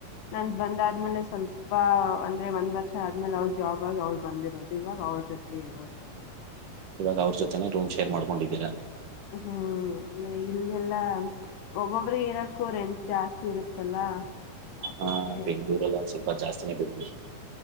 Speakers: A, on the left (about 85°); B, on the right (about 60°).
A: ನನ್ ಬಂದಾದ್ಮೇಲೆ ಸ್ವಲ್ಪ ಅಂದ್ರೆ ಒಂದ್ ವರ್ಷ ಆದ್ಮೇಲೆ ಅವ್ಳ ಜಾಬ್ ಆಗಿ ಅವ್ಳ್ ಬಂದಿರೋದು ಇವಾಗ್ ಅವ್ರ ಜೊತೆಗಗ್ ಇರೋದ್ ನಾನು
B: ಇವಾಗ್ ಅವ್ರ್ ಜೊತೆನೆ ರೂಮ್ ಶೇರ್ ಕೊಂ ಡಿದ್ದೀರಾ <unintelligible>
A: ಹ್ಮ್ ಅಂದ್ರೆ ಇಲ್ಲೆಲ್ಲಾ ಒಬೋಬ್ರೆ ಇರಕ್ಕೂ ರೆಂಟ್ ಜಾಸ್ತಿ ಇರುತ್ತಲ್ಲ ಅದಕ್ಕೆ
B: ಹಾ ಬೆಂಗ್ಳೂರಲ್ ಒಂದ್ ಸ್ವಲ್ಪ ಜಾಸ್ತಿನೇ ಬಿಡ್ರಿ